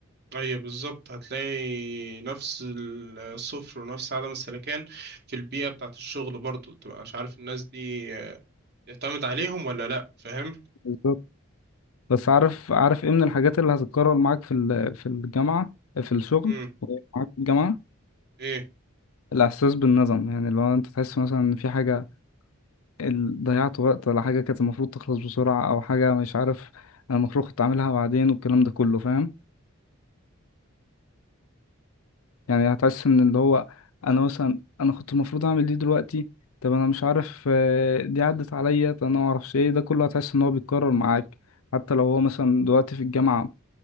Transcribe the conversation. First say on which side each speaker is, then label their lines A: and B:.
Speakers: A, on the right (about 50°); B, on the left (about 85°).
A: ايوه بالظبط هتلاقي نفس الصفر ونفس عدم السلكان في البيئة بتاعة الشغل برضو تبقى مش عارف الناس دي آه، يعتمد عليهم ولا لا فاهم
B: بالظبط بس عارف عارف ايه من الحاجات اللي هتتكرر معاك في ال- في الجامعة في الشغل
A: امم
B: معاك في الجامعة
A: ايه
B: الإحساس بالندم يعني لو أنت تحس مثلا إن في حاجة ال- ضيعت وقت ولا حاجة كانت المفروض تخلص بسرعة أو حاجة مش عارف أنا المفروض كنت أعملها بعدين والكلام ده كله فاهم يعني هتحس من اللي هو انا مثلا انا كنت المفروض اعمل دي دلوقتي طب انا مش عارف آه، دي عدت عليا طب انا ما اعرفش ايه ده كله هتحس ان هو بيتكرر معاك حتى لو هو مثلا دلوقتي في الجامعة